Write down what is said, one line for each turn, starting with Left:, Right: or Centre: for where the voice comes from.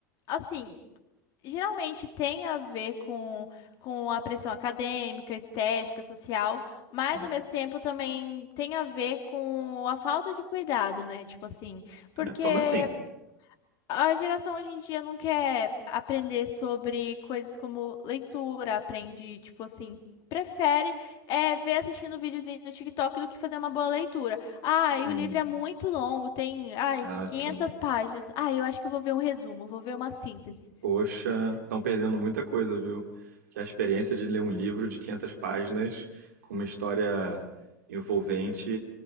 Left: assim, geralmente tem a ver com, com a pressão acadêmica, estética, social, mas
Right: Sim.
Left: ao mesmo tempo também tem a ver com a falta de cuidado, né? Tipo assim, porque.
Right: É, como assim?
Left: A geração hoje em dia não quer aprender sobre coisas como leitura, aprende, tipo assim, prefere é, ver assistindo videozinho no TikTok do que fazer uma boa leitura. Ah, e
Right: Hum.
Left: o livro é muito longo, tem, ai,
Right: Ah,
Left: 500
Right: sim.
Left: páginas. Ah, eu acho que eu vou ver um resumo, vou ver uma síntese.
Right: Poxa, estão perdendo muita coisa, viu? Que é a experiência de ler um livro de 500 páginas com uma história envolvente